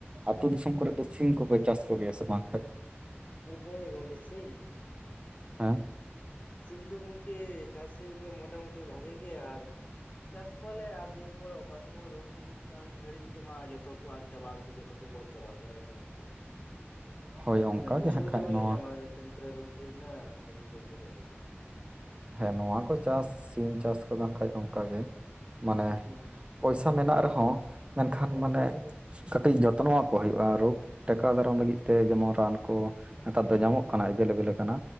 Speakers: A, on the right (about 25°); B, on the left (about 35°).
A: ᱟᱛᱳ ᱫᱤᱥᱚᱢ ᱠᱚᱨᱮ ᱫᱚ ᱥᱤᱢ ᱠᱚᱯᱮ ᱪᱟᱥ ᱠᱚ ᱜᱮᱭᱟ ᱥᱮ ᱵᱟᱝ?
B: ᱦᱮᱸ ᱜᱚᱝᱠᱮ ᱥᱤᱢ ᱾
A: ᱦᱮᱸ
B: ᱥᱤᱢ ᱫᱚ ᱜᱚᱢᱠᱮ ᱪᱟᱥ ᱦᱳᱭᱳᱜ ᱜᱮᱭᱟ ᱢᱳᱴᱟᱢᱩᱴᱤ ᱵᱷᱟᱜᱮ ᱜᱮ ᱟᱨ ᱪᱟᱥ ᱠᱚᱣᱟᱞᱮ ᱟᱨ ᱫᱤᱭᱮ ᱯᱚᱨ ᱚᱠᱟ ᱥᱚᱢᱚᱭ ᱨᱳᱜᱽ ᱦᱤᱡᱩᱜ ᱠᱟᱱ ᱜᱷᱟᱹᱲᱤᱡ ᱫᱚᱢᱟ ᱡᱚᱛᱚ ᱠᱚ ᱟᱫ ᱪᱟᱵᱟᱜ ᱟᱨᱠᱤ ᱡᱚᱛᱚ ᱠᱚ ᱜᱚᱡ ᱪᱟᱵᱟᱜ ᱛᱟᱞᱮᱭᱟ ᱚᱱᱮ ᱚᱱᱠᱟ
A: ᱦᱳᱭ ᱚᱱᱠᱟ
B: ᱚᱱᱟ ᱵᱩᱡᱷᱟᱹᱣ
A: ᱦᱟᱸᱜ ᱠᱷᱟᱡ
B: ᱜᱮ ᱵᱟᱞᱮ
A: ᱱᱚᱣᱟ
B: ᱧᱟᱢᱟ ᱛᱤᱱ ᱠᱚᱨᱮ ᱨᱳᱥ ᱦᱮᱡ ᱮᱱᱟ ᱟᱪᱠᱟ ᱠᱚ ᱜᱚᱡ ᱜᱚᱫᱚ ᱮᱱᱟ ᱾
A: ᱦᱮᱸ ᱱᱚᱣᱟ ᱠᱚ ᱪᱟᱥ ᱥᱤᱢ ᱪᱟᱥ ᱠᱚᱫᱚ ᱠᱷᱟᱡ ᱚᱱᱠᱟᱜᱮ ᱢᱟᱱᱮ
B: ᱦᱩᱸ
A: ᱯᱚᱭᱥᱟ ᱢᱮᱱᱟᱜ ᱨᱮᱦᱚᱸ ᱢᱮᱱᱠᱷᱟᱱ ᱢᱟᱱᱮ ᱠᱟᱹᱴᱤᱡ ᱡᱚᱛᱱᱚ ᱟᱠᱚ ᱦᱳᱭᱳᱜᱼᱟ ᱨᱳᱜᱽ ᱴᱮᱠᱟᱣ ᱫᱟᱨᱟᱢ ᱞᱟᱹᱜᱤᱫ ᱛᱮ ᱡᱮᱢᱚᱱ ᱨᱟᱱ ᱠᱚ, ᱱᱮᱛᱟᱨ ᱫᱚ ᱧᱟᱢᱚᱜ ᱠᱟᱱᱟ ᱮᱵᱮᱞ ᱮᱵᱮᱞ ᱟᱠᱟᱱᱟ